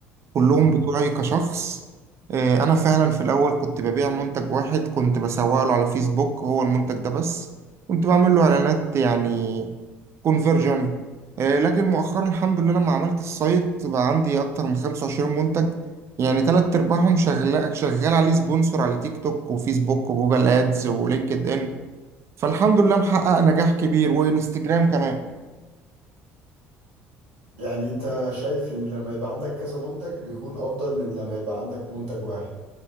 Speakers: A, on the right; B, on the right.
A: كلهم
B: مهم.
A: بتوعي كشخص آه، انا فعلا في الاول كنت ببيع منتج واحد كنت بسوق له على فيسبوك هو المنتج ده بس كنت بعمل له اعلانات يعني كونفرجن لكن مؤخرا الحمد لله لما عملت السايت بقى عندي اكتر من 25 منتج يعني تلات ارباعهم شغال شغال عليه سبونسور على تيك توك وفيسبوك وجوجل ادز ولينكد ان فالحمد لله محقق نجاح كبير وانستجرام كمان
B: يعني انت شايف ان لما يبقى عندك كذا منتج بيكون افضل من لما يبقى عندك منتج واحد